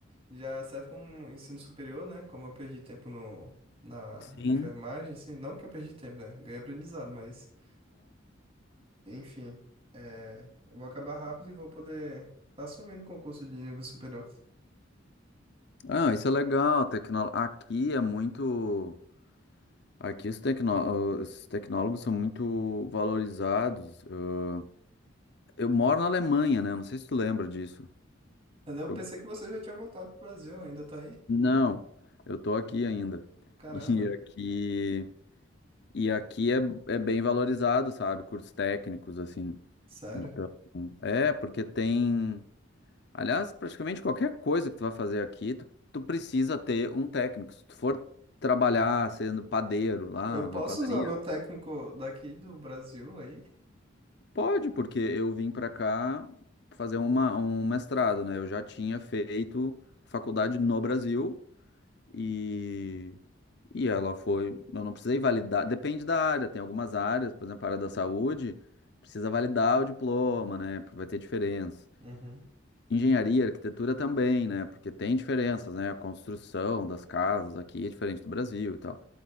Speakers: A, on the right (about 30°); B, on the left (about 60°).
A: Já serve como um ensino superior, né? Como eu perdi tempo no... na
B: Sim.
A: enfermagem, assim. Não que eu perdi tempo, né? Ganhei aprendizado, mas. Enfim, é, eu vou acabar rápido e vou poder tá assumindo o concurso de nível superior.
B: Ah, isso é legal. Tecno... Aqui é muito. Aqui os, tecno... os tecnólogos são muito valorizados. Eu... moro na Alemanha, né? Não sei se tu lembra disso.
A: Mas eu
B: Eu...
A: pensei que você já tinha voltado pro Brasil, ainda tá aí?
B: Não, eu tô aqui ainda. <laughs>
A: Caramba,
B: E aqui. E aqui é, é bem valorizado, sabe? Cursos técnicos, assim.
A: sério.
B: Então, é, porque tem. Aliás, praticamente qualquer coisa que tu vai fazer aqui, tu, tu precisa ter um técnico. Se tu for trabalhar sendo padeiro lá
A: Eu posso
B: na padaria,
A: usar meu técnico daqui do Brasil aí?
B: pode, porque eu vim pra cá fazer uma, um mestrado, né? Eu já tinha feito faculdade no Brasil e, e ela foi. Eu não precisei validar, depende da área, tem algumas áreas, por exemplo, a área da saúde, precisa validar o diploma, né? Porque vai ter diferença.
A: Uhum.
B: Engenharia, arquitetura também, né? Porque tem diferenças, né? A construção das casas aqui é diferente do Brasil e tal.